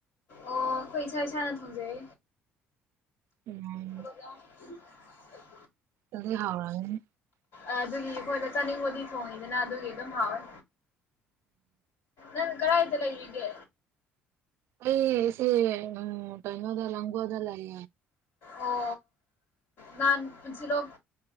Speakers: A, on the left; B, on the right.
A: ꯑꯣ ꯑꯩꯈꯣꯏ ꯏꯁꯥ ꯏꯁꯥꯅ ꯊꯣꯡꯖꯩ
B: ꯎꯝ
A: <inaudible>
B: ꯑꯗꯨꯗꯤ ꯍꯥꯎꯔꯅꯤ
A: ꯑꯗꯨꯒꯤ ꯑꯩꯈꯣꯏꯗ ꯆꯥꯅꯤꯡꯕꯗꯤ ꯊꯣꯡꯉꯤꯗꯅ ꯑꯗꯨꯒꯤ ꯑꯗꯨꯝ ꯍꯥꯎꯋꯦ ꯅ ꯀꯔ ꯍꯥꯏꯇꯂ ꯍꯒ
B: ꯑꯩ ꯑꯦꯁꯦ ꯎ ꯀꯩꯅꯣꯗ ꯂꯤꯡꯒꫭꯜꯗ ꯂꯩ
A: ꯑꯣ ꯅꯍꯥꯟ ꯄꯨꯟꯁꯤꯂꫭꯛ